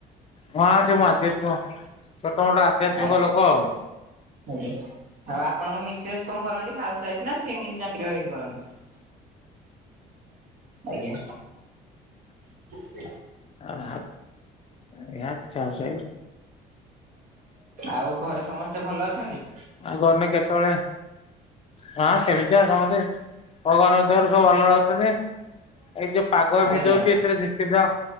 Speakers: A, on the left; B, on the right.
A: ହଁ ଟିକେ ମୁଁ ଆଧ୍ୟାତ୍ମିକ ଛୋଟ ମୋଟ ଆଧ୍ୟାତ୍ମିକ
B: ଆଜ୍ଞା।
A: ଲୋକ ଆଉ।
B: ଆଜ୍ଞା ଆଉ ଆପଣଙ୍କ ମିସେସ୍ କଣ କରନ୍ତି ହାଉସ ୱାଇଫ ନା ସିଏ କିଛି ଚାକିରି ବାକିରି କରନ୍ତି? ଆଜ୍ଞା। ହ <inaudible>
A: <unintelligible>
B: ଆଉ ଘରେ ସମସ୍ତେ ଭଲ ଅଛନ୍ତି?
A: ଆଉ ଗନେ କେତେବେଳେ ହଁ ସେମିତିଆ ସମତେ ଭଗବାନଙ୍କ ଦୟାରୁ ସବୁ ଭଲରେ ଅଛନ୍ତି। ଏଇ ଯୋଉ ପାଗ ଏମିତି
B: ଆଜ୍ଞା
A: ହଉଛି ଏଥିରେ ନିଶ୍ଚିନ୍ତ